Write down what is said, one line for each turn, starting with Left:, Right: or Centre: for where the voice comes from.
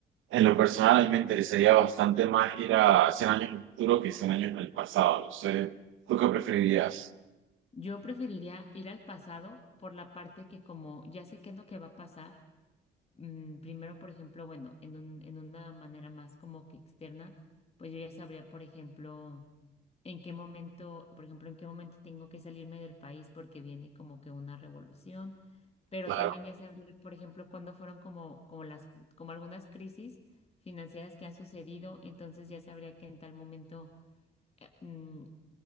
Right: en lo personal a mí me interesaría bastante más ir a 100 años en el futuro que 100 años en el pasado. No sé, ¿tú qué preferirías?
Left: Yo preferiría ir al pasado por la parte que como ya sé qué es lo que va a pasar, mm, primero, por ejemplo, bueno, en un, en una manera más como que externa, pues yo ya sabría, por ejemplo, en qué momento, por ejemplo, en qué momento tengo que salirme del país porque viene como que una revolución, pero
Right: Claro,
Left: también ya se por ejemplo, cuando fueron como, como las, como algunas crisis financieras que han sucedido, entonces ya sabría que en tal momento mm,